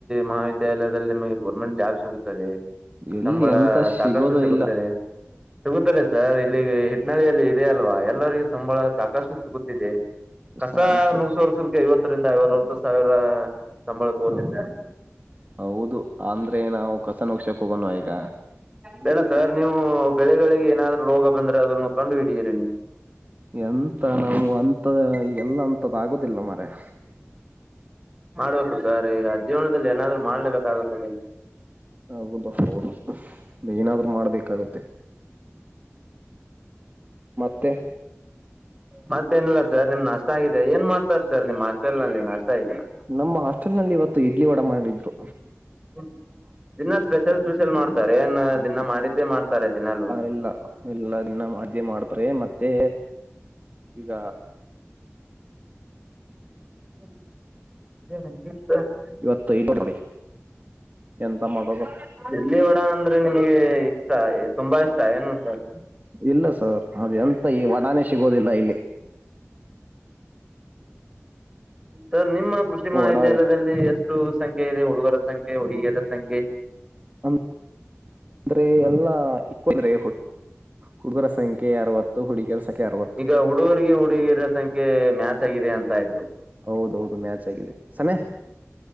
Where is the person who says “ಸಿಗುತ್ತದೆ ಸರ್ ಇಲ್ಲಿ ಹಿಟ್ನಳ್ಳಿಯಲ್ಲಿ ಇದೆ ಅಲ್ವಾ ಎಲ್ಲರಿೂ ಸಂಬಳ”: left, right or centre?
Right